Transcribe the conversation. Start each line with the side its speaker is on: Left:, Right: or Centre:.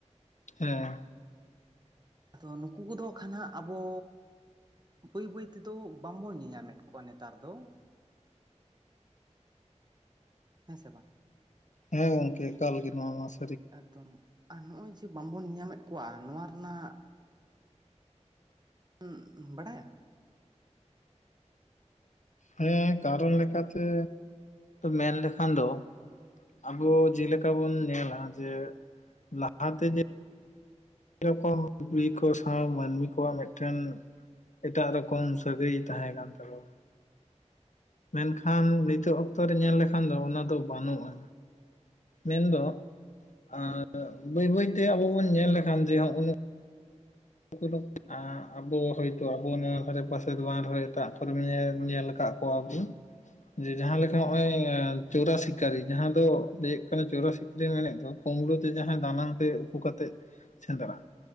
Left: ᱦᱮᱸ᱾
Right: ᱟᱫᱚ ᱱᱩᱠᱩ ᱠᱚᱫᱚ ᱠᱷᱟᱱ ᱦᱟᱸᱜ ᱟᱵᱚ᱾ ᱵᱟᱹᱭ ᱵᱟᱹᱭ ᱛᱮᱫᱚ ᱵᱟᱝᱵᱚᱱ ᱧᱮᱧᱟᱢᱮᱫ ᱠᱚᱣᱟ ᱱᱮᱛᱟᱨ ᱫᱚ᱾ ᱦᱮᱸ ᱥᱮ ᱵᱟᱝ᱾
Left: ᱦᱮᱸ ᱜᱚᱝᱠᱮ ᱮᱠᱟᱞ ᱜᱮ ᱱᱚᱣᱟ ᱢᱟᱥ
Right: ᱮᱠᱫᱚᱢ ᱟᱨ ᱱᱚᱜ ᱚᱭ ᱡᱮ ᱵᱟᱝᱵᱚᱱ ᱧᱟᱢᱮᱫ ᱠᱚᱣᱟ ᱱᱚᱣᱟ ᱨᱮᱱᱟᱜ᱾ ᱩ ᱵᱟᱰᱟᱭᱟ᱾
Left: ᱦᱮᱸ ᱠᱟᱨᱚᱱ ᱞᱮᱠᱟᱛᱮ ᱢᱮᱱ ᱞᱮᱠᱷᱟᱱ ᱫᱚ᱾ ᱟᱵᱚ ᱡᱮᱞᱮᱠᱟ ᱵᱚᱱ ᱧᱮᱞᱟ ᱡᱮ ᱞᱟᱦᱟᱛᱮ ᱡᱮ ᱨᱚᱠᱚᱢ ᱠᱩᱲᱤ ᱠᱚ ᱥᱟᱶ ᱢᱟᱹᱱᱢᱤ ᱠᱚᱣᱟᱜ ᱢᱮᱜᱴᱮᱱ᱾ ᱮᱴᱟᱜ ᱨᱚᱠᱚᱢ ᱥᱟᱹᱜᱟᱹᱭ ᱛᱟᱸᱦᱮ ᱠᱟᱱ ᱛᱟᱠᱚᱣᱟ᱾ ᱢᱮᱱᱠᱷᱟᱱ ᱱᱤᱛᱳᱜ ᱚᱠᱛᱨᱮ ᱧᱮᱞ ᱞᱮᱠᱷᱟᱱ ᱫᱚ ᱚᱱᱟ ᱫᱚ ᱵᱟᱱᱩᱜ-ᱟ᱾ ᱢᱮᱱᱫᱚ ᱟᱸ ᱵᱟᱹᱭ ᱵᱟᱹᱭᱛᱮ ᱟᱵᱚ ᱵᱚᱱ ᱧᱮᱞ ᱞᱮᱠᱷᱟᱱ ᱡᱮ ᱱᱚᱸᱜ ᱱᱚ ᱠᱚᱫᱚ ᱟᱸᱜ ᱟᱵᱚ ᱦᱚᱭᱛᱚ ᱟᱵᱚ ᱱᱚᱣᱟ ᱫᱷᱟᱨᱮ ᱯᱟᱥᱮ ᱫᱚ ᱵᱟᱝ ᱨᱮᱦᱚᱸ ᱮᱴᱟᱜ ᱠᱚᱨᱮᱢ ᱧᱮᱞ ᱧᱮᱞ ᱠᱟᱜ᱾ ᱠᱚᱣᱟ ᱵᱩᱱ᱾ ᱡᱮ ᱡᱟᱸᱦᱟ ᱞᱮᱠᱟ ᱦᱚᱸᱜ ᱚᱭ ᱪᱳᱨᱟ ᱥᱤᱠᱟᱨᱤ ᱡᱟᱸᱦᱟ ᱫᱚ ᱞᱟᱹᱭ ᱠᱟᱱᱟ ᱪᱳᱨᱟ ᱥᱤ ᱞᱤᱧ ᱢᱮᱱᱮᱜ ᱫᱚ ᱠᱩᱢᱲᱩ ᱛᱮ ᱡᱟᱸᱦᱟᱭ ᱫᱟᱱᱟᱝ ᱛᱮ ᱩᱠᱩ ᱠᱟᱛᱮᱜ ᱥᱮᱸᱫᱽᱨᱟ